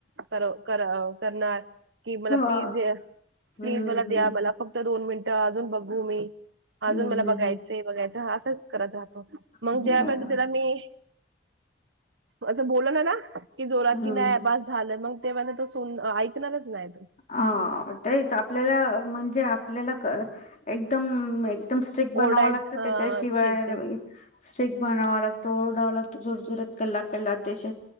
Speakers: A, on the right; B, on the left.
A: करव कर करणार. कि मला
B: ह
A: प्लीज द्या
B: हम्म
A: प्लीज मला द्या
B: हम्म
A: मला फक्त दोन मिन टं अजून बघू मी अजून
B: हम्म
A: मला
B: हम्म
A: बघायचं, बघायचं हा असंच करत राहतो. मग
B: हम्म
A: जेव्हापर्यंत
B: बरोबर
A: त्याला मी असं बोलल ना ना की जोरात
B: हम्म
A: की नाही बास झालं, मंग तेव्हा तो सुन ऐकणारच नाही. तो
B: हा तेच आपल्याला म्हणजे आपल्याला एकदम एकदम स्ट्रिक बनाव
A: ओरडाय
B: लागतं
A: हा
B: त्याच्याशिवाय
A: स्ट्रिक्ट आहे
B: स्ट्रिक बनाव लागत तो ओरडावा लागतो जोर जोरत कल्ला कल्ला त्याश